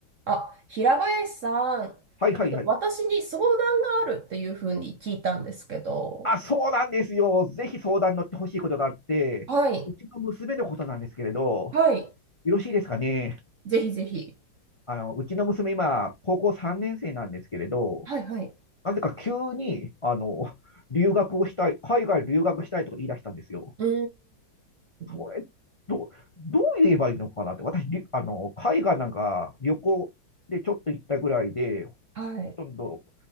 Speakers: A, on the right; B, on the left.
A: あ、平林さん、
B: はいはいはい。
A: 私に相談があるっていうふうに聞いたんですけど、
B: あ、そうなんですよ。ぜひ相談乗ってほしいことがあって、
A: はい、
B: うちの娘のことなんですけれど、
A: はい、
B: よろしいですかね。
A: ぜひぜひ。
B: あの、うちの娘今、高校3年生なんですけれど、
A: はい、はい。
B: なぜか急に、あの、留学をしたい、海外留学したいとか言い出したんですよ。
A: うー
B: それ、
A: ん、
B: どう、どう言えばいいのかなって。私、りあの、海外なんか旅行でちょっと行ったぐらいで、
A: はい、
B: ほとんど